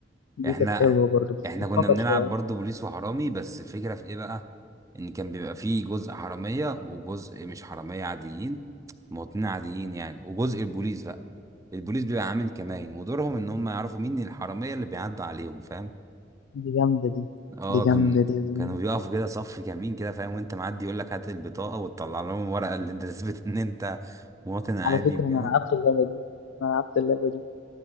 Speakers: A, on the left; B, on the right.
A: دي
B: احنا
A: كانت حلوه برضو بس
B: احنا
A: كانت
B: كنا
A: خطر
B: بنلعب
A: شويه
B: برضه بوليس وحرامي بس الفكرة في ايه بقى ان كان بيبقى فيه جزء حرامية وجزء مش حرامية عاديين مواطنين عاديين يعني وجزء البوليس بقى البوليس بيبقى عامل كمائن ودورهم ان هم يعرفوا مين الحرامية اللي بيعدوا عليهم فاهم
A: دي جامده دي
B: اه
A: دي جامده
B: كن
A: دي يا زميلي
B: كانوا بيقفوا كده صف كمين كده فاهم وانت معدي يقول لك هات البطاقة وتطلع لهم الورقة اللي انت <laughs> تثبت ان انت مواطن عادي
A: على فكرة
B: وكده
A: أنا لعبت اللعبة دي أنا لعبت اللعبة دي